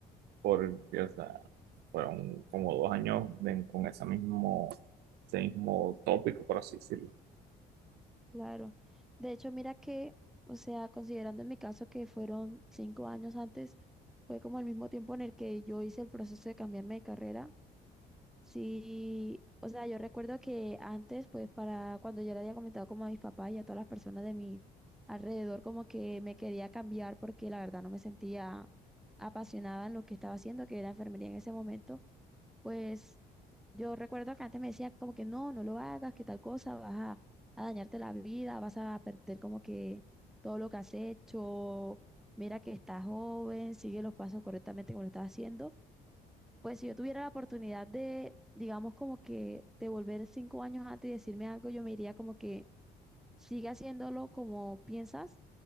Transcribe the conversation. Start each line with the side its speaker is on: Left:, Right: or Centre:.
Right: porque, o sea, fueron como dos años de- con ese mismo, ese mismo tópico, por así decirlo.
Centre: claro. De hecho, mira que, o sea, considerando en mi caso que fueron cinco años antes, fue como el mismo tiempo en el que yo hice el proceso de cambiarme de carrera Sí, o sea, yo recuerdo que antes, pues para cuando yo le había comentado como a mis papás y a todas las personas de mi alrededor, como que me quería cambiar porque la verdad no me sentía apasionada en lo que estaba haciendo, que era enfermería en ese momento, pues yo recuerdo que antes me decían como que no, no lo hagas, que tal cosa, vas a, a dañarte la vida, vas a perder como que todo lo que has hecho, mira que estás joven, sigue los pasos correctamente como lo estás haciendo pues si yo tuviera la oportunidad de, digamos, como que de volver cinco años antes y decirme algo, yo me diría como que sigue haciéndolo como piensas,